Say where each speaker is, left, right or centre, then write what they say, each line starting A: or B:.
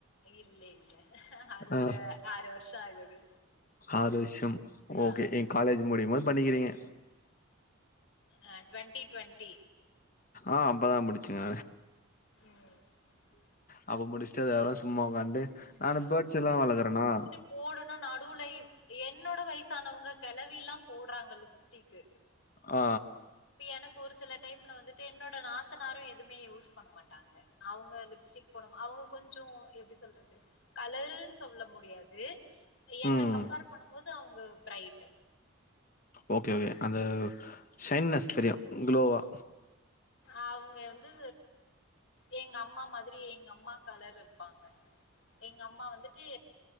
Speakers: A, on the left; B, on the left.
A: இல்ல இல்ல அது
B: ஆ
A: ஒரு ஆறு வருஷம் ஆகுது
B: ஆறு வருஷம்
A: ஆ
B: ஓகே என் காலேஜ் முடியுபோது பண்ணிக்கிறீங்க
A: அ டுவெண்டி டுவெண்டி
B: ஆ அப்பதான் முடிச்சங்க
A: ம்
B: அப்ப முடிச்சுட்டு அதுக்கப்புறம் சும்மா உக்காந்து நானு பேட்ஸ்ல்லாம் வளர்க்கறேனா
A: போடுணும் நடுவுல இப் என்னோட வயசானவங்க கிலவில்லாம் போடுறாங்க லிஃப்ஸ்டிக்கு
B: ஆ
A: இப்ப எனக்கு ஒரு சில டைம்ல வந்துட்டு என்னோட நாத்த நாரும் எதுவுமே யூஸ் பண்ண மாட்டாங்க அவங்க லிஃப்ஸ்டிக் போடமா அவங்க கொஞ்சம் எப்படி சொல்றது கலருன்னு சொல்ல முடியாது என்ன
B: ம்
A: கம்பேர் பண்ணும்போது அவங்க பிரைட்
B: ஓகே ஓகே அந்த ஷைன்னஸ் தெரியும் குளோவா
A: அவுங்க வந்து எங்க அம்மா மாதிரி எங்க அம்மா கலர் இருப்பாங்க எங்க அம்மா வந்துட்டு